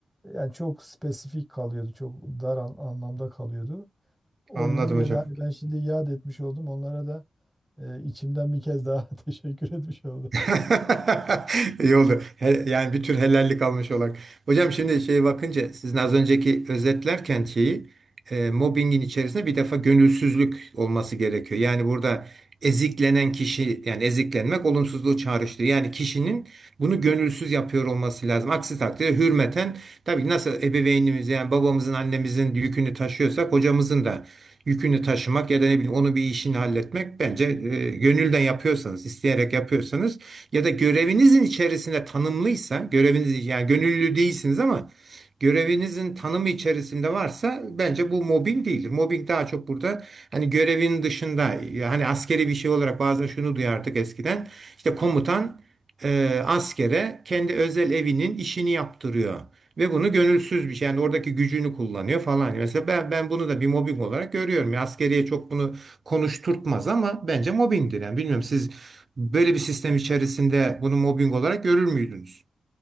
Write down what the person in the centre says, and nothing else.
yani çok spesifik kalıyordu, çok dar an- anlamda kalıyordu. O
yönüyle
de hani ben şimdi yad etmiş oldum. Onlara da e, içimden bir kez daha <laughs> teşekkür etmiş oldum.